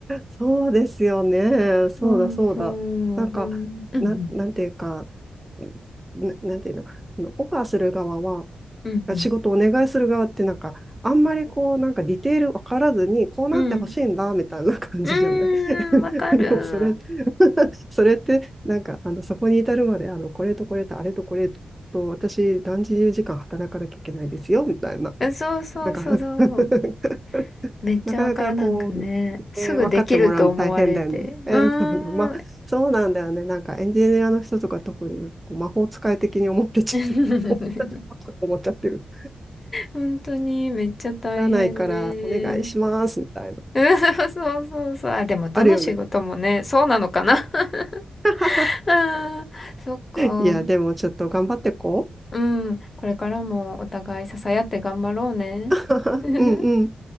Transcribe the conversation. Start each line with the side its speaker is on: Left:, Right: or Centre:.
Right: そうですよね。そうだ、
Left: そうそう、
Right: そうだ。なんか、
Left: ほん、うん、
Right: なん、なんていうか、な、なんていうの、あのオファーする側は、
Left: うん、
Right: あ仕事お願いする側ってなんか、
Left: うん、
Right: あんまりこう、なんかディテール分からずに、こうなってほしいんだ、
Left: うん、うん、
Right: みたいな感じじゃない
Left: うーん、
Right: <laughs>
Left: わかる。
Right: でもそれ、<laughs> それって、なんか、あの、そこに至るまで、あの、これとこれとあれとこれと、私何十時間働かなきゃいけないですよ、みたいな。
Left: うそうそうそうそう。
Right: なんか <laughs>
Left: めっちゃわかる。
Right: なかなかこう、
Left: なんかね、すぐできると思われて。
Right: えー分かってもらうの大変だよね。<laughs> えーそうね、
Left: うーん。
Right: まあ、そうなんだよね。なんかエンジニアの人とか特にこう魔法使い的に思ってちゃう。
Left: <laughs>
Right: <laughs> 思っちゃう思っちゃってる。
Left: 本当にめっちゃ大変で。
Right: ならないからお願いしますみたいな。
Left: <laughs> うん、そうそうそう。あ、でもどの仕事もね、
Right: あるよね。
Left: そうなのかな。
Right: <laughs>
Left: <laughs> うん、そっか。
Right: いや、でもちょっと頑張ってこ
Left: うん、これからもお互い支え合って頑張ろうね。
Right: う。<laughs>
Left: <laughs>
Right: うんうん。